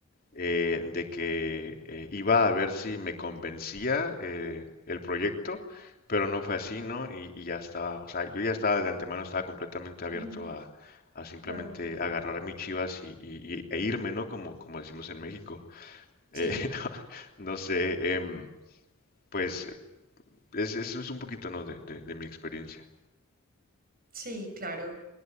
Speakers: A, on the left; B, on the right.
A: eh, de que eh, iba a ver si me convencía eh, el proyecto, pero no fue así, ¿no? Y, y ya estaba, o sea, yo ya estaba de antemano, estaba completamente abierto
B: Ujú.
A: a, a simplemente
B: Claro.
A: agarrar mis chivas y, y- y- e irme, ¿no? Como, como decimos en México.
B: Sí,
A: Eh, <laughs> no, no sé, em, pues es, es, es un poquito, ¿no? De, de- de mi experiencia.
B: sí, claro.